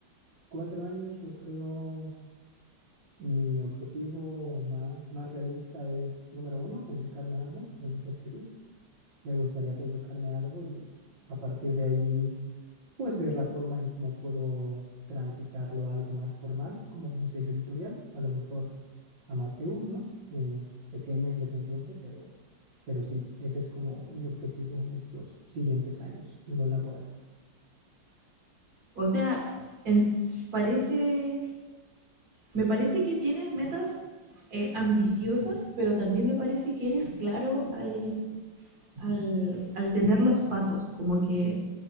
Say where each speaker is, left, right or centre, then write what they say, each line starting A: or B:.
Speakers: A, on the right; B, on the right.
A: cuatro años, yo creo mi objetivo más, más realista es, número uno, publicarme algo, me gusta escribir me gustaría publicarme algo y a partir de ahí, pues ver la forma en cómo puedo transitarlo a algo más formal, como un sello editorial, a lo mejor amateur, ¿no? Eh, pequeño, independiente, pero, pero sí, ese es como mi objetivo en estos siguientes años, en lo laboral.
B: O sea, en- parece, me parece que tienes metas eh, ambiciosas, pero también me parece que eres claro al al, al tener los pasos, como que